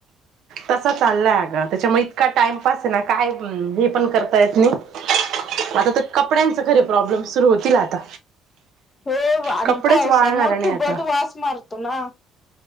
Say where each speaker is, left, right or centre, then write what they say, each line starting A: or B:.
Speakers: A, on the right; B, on the left.
A: तसा चाललाय आग त्याच्यामुळे इतका टाइमपास आहे ना काय हे पण करता <unintelligible> आता तर कपड्यांच खरे प्रॉब्लेम सुरू होतील आता.
B: हो हो आणि
A: कपडेच
B: पावसामुळ
A: वाळणार नाही
B: कुबट
A: आता
B: वास मारतो ना?